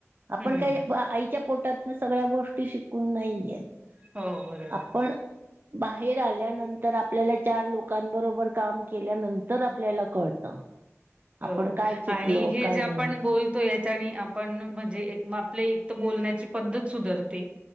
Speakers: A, on the right; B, on the right.
A: आपणं
B: हं हं
A: काय आ ईच्या पोटातन सगळ्यां गोष्टी शिकून नाहीय येतं
B: हो बरोबर
A: आपणं त्या बाहेर आल्यानंतर आपल्याला चार लोकांबरोबर काम केल्यानंतर आपल्याला कळतं.
B: हो
A: आपण काय चुकलो
B: आणि हे
A: काय
B: जे
A: नाही
B: आपणं बोल तोयचं आणि आपण म्हणजे आपले एक तर बोलण्याची पद्धत सुधरते.